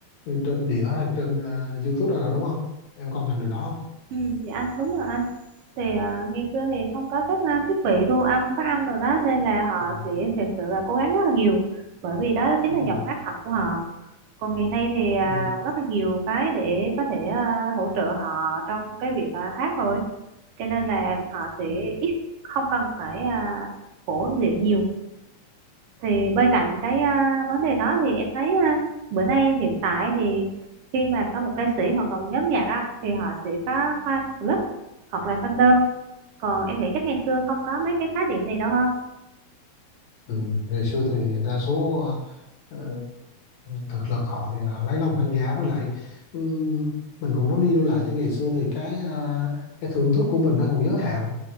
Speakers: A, on the left (about 75°); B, on the right (about 65°).
A: trên đĩa hay trên ờ, YouTube đâu đúng không em công nhận điều đó
B: ừ, dạ anh đúng rồi anh thì à, ngày xưa thì không có các à, thiết bị thu âm phát âm rồi đó nên là
A: không
B: họ sẽ thực sự là cố gắng rất là nhiều bởi vì đó chính
A: Ừ.
B: là
A: Ừ.
B: giọng hát thật của họ còn ngày nay thì à,
A: Ừ.
B: rất là nhiều cái để có thể à, hỗ trợ họ trong cái việc à, hát rồi cho nên là họ sẽ
A: Ừ.
B: ít không cần phải à, khổ luyện nhiều thì bên cạnh cái à, vấn đề đó thì em thấy à, bữa nay hiện tại thì khi mà có một ca sĩ hoặc là một nhóm nhạc á, thì họ sẽ có fan club hoặc là fandom còn em nghĩ chắc ngày xưa không có mấy cái khái niệm này đâu ha
A: Ừ. Ngày xưa thì đa số ờ, thực lực họ thì họ lấy lòng khán giả với lại ừ, mình cũng nói đi nói lại cho ngày xưa thì cái ờ, cái thưởng thức của mình nó cũng giới hạn